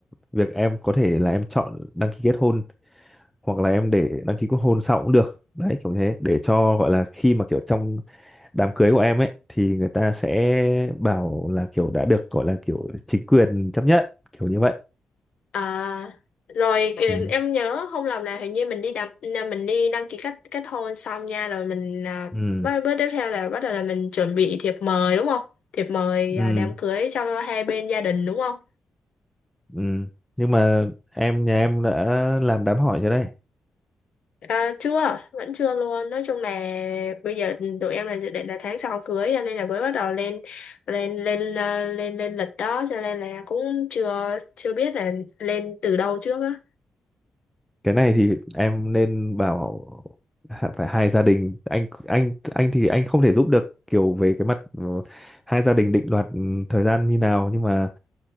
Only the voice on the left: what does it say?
À rồi ừ,
em nhớ không lầm là hình như mình đi đăng là mình đi đăng ký kết kết hôn xong nha rồi mình à,
bước, bước tiếp theo là bắt đầu là mình chuẩn bị thiệp mời đúng không? Thiệp mời
à, đám cưới cho hai bên gia đình đúng không?
À, chưa vẫn chưa luôn nói chung là bây giờ tụi em là dự định là tháng sau cưới cho nên là mới bắt đầu lên lên lên ờ, lên lên lịch đó cho nên là cũng chưa chưa biết là lên từ đâu trước á